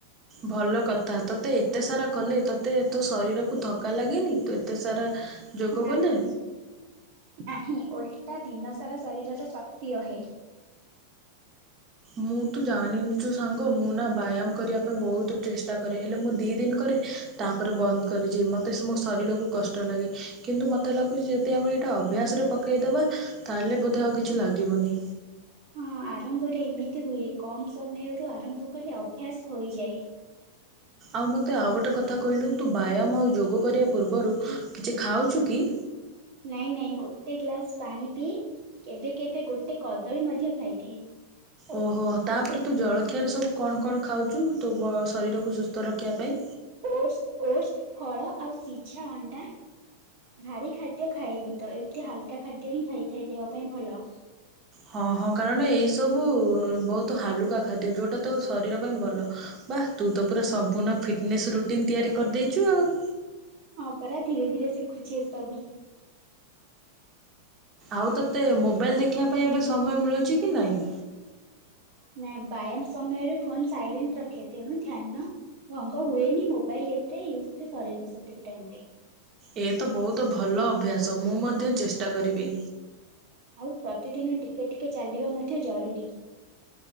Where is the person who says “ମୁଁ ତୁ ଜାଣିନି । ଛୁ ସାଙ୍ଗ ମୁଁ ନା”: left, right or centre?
Right